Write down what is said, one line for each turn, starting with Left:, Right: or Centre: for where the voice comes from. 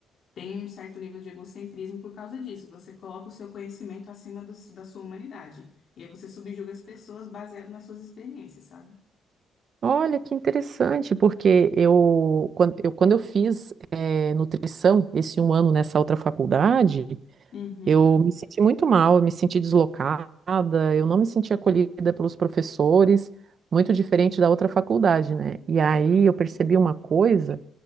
Left: tem um certo nível de egocentrismo por causa disso. Você coloca o seu conhecimento acima do da sua humanidade. E aí você subjuga as pessoas baseado nas suas experiências, sabe?
Right: olha que interessante, porque eu quando eu, quando eu fiz é, nutrição esse um ano nessa outra faculdade,
Left: Uhum.
Right: Eu me senti muito mal, eu me senti deslocada, eu não me senti acolhida pelos professores, muito diferente da outra faculdade, né? E aí eu percebi
Left: Sim.
Right: uma coisa